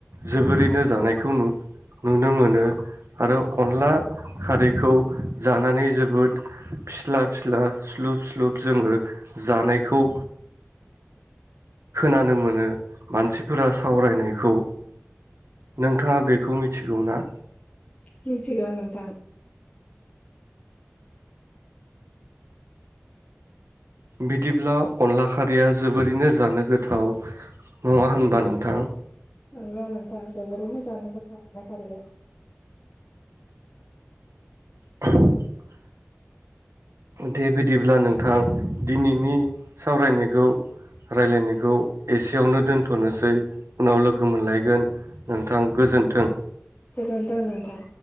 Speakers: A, on the right; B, on the left.
A: जोबोरैनो जानायखौ नुनो मोनो आरो अनला खारैखौ जानानै जोबोद फिस्ला फिस्ला स्लुब स्लुब जोङो जानायखौ, खोनानो मोनो मानसिफोरा सावरायनायखौ नोंथाङा बेखौ मिथिगौना?
B: मिथिगौ नोंथां,
A: बिदिब्ला अनला खारैया जोबोरैनो जानो गोथाव नङा होनबा नोंथां,
B: नंगौ नोंथां जोबोरैनो जानो गोथ अनला खारै,
A: <inaudible> दे बिदिब्ला नोंथां दिनैनि सावरायनायखौ रायलायनायखौ एसेयावनो दोनथ'नोसै उनाव लोगो मोनलायगोन नोंथां गोजोन्थों।
B: गोजोन्थों नोंथां।